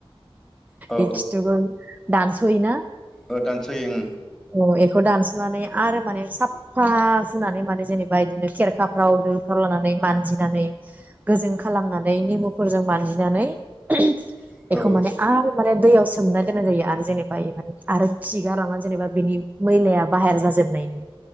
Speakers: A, in the centre; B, on the right.
A: औ
B: इ खिथुखौ दान हैना
A: ओ दानसयो ओं
B: अ एखौ दानसनानै आरो माने साबफा हुनानै माने जेनेबा इदिनो खेरखाफ्राव दोफ्राव लानानै मानजिनानै गोजों खालामनानै नेमुफोरजों मानजिनानै ओहोम
A: ओं
B: एखौ माने आरो माने दैयाव सोमना दोननाय जायो आरो जेनेबा इ माने आरो खिगार लांना जेनेबा बिनि मैलाया बाहेर जाजोबनायनि